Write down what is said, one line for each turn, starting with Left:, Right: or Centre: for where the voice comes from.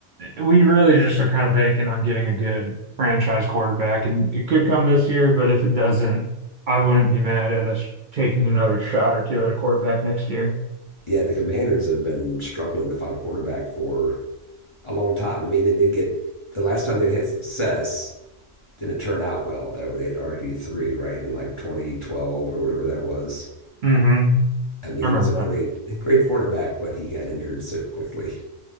Right: we really just are kind of banking on getting a good franchise quarterback, and it could come this year, but if it doesn't, I wouldn't be mad at us taking another shot or two at a quarterback next year.
Left: yeah, the Commanders have been struggling to find a quarterback for a long time. I mean, they did get the last time they had success didn't turn out well though. They had RG three right in like 2012 or whatever that was.
Right: Mm-hmm.
Left: I mean,
Right: I
Left: he
Right: remember
Left: was a great
Right: that.
Left: great quarterback, but he got injured so quickly.